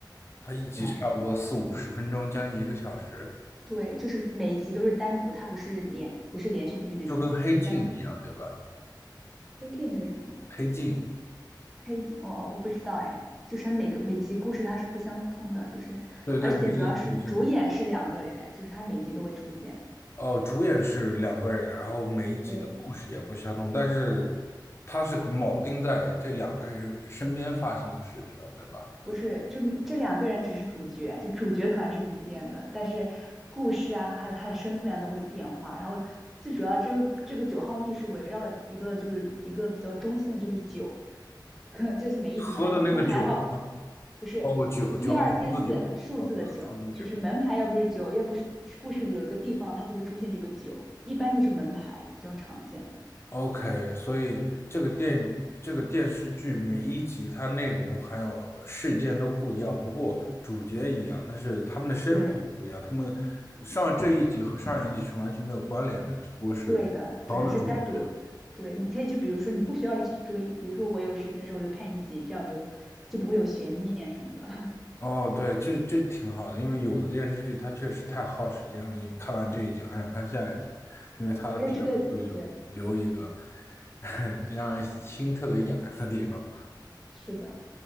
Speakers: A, on the left; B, in the centre.
A: 它一集差不多四五十分钟，
B: 这样子。
A: 将近一个小时，
B: 对，就是每一集都是单独，它不是连不是连续剧那种，
A: 就跟《黑镜》一样，
B: 就是单独。
A: 对吧？
B: A K 是什么？
A: 《黑镜》，
B: 黑集，哦哦，我不知道哎，就是它每个每集故事它是不相通的，就是而且主要是主演是两个人，
A: 对对，每一集是不，
B: 就是他每集都会出现，
A: 哦，主演是两个人，然后每一集的故事也不相同，
B: 对，
A: 但是它是铆定在这两个人身边发生的事上，对吧？
B: 不是就这两个人只是主角，就主角团是不变的，但是故事啊，还有他的身份啊都会变化。然后最主要这个这个九号密室围绕的一个就是一个比较中心的就是酒。<laughs> 就是每一集它的门牌号
A: 喝的那个酒嘛，
B: 不是一二三四数字的九，
A: 哦，酒，九号数字九，哦，数字九，
B: 就是门牌要不是九，要不是故事里有一个地方它就会出现这个九，一般就是门牌比较常见的。
A: OK，所以这个电这个电视剧每一集它内容还有事件都不一样，不过主角一样，但是他们的身份不一样，
B: 对，
A: 他们上这一集和上一集是完全没有关联的，只不过是当的主角。
B: 对的，对的，是单独的。对，你可以就比如说你不需要去追，比如说我有时间的时候我就看一集，这样就就不会有悬念什么的。<laughs>
A: 哦，对，这这挺好的，因为有的电视剧它确实太耗时间了，你看完这一集还想看下一集，因为它的片尾会留留一个
B: 而且这个对
A: <laughs> 让人心特别痒痒的地方。
B: 是的，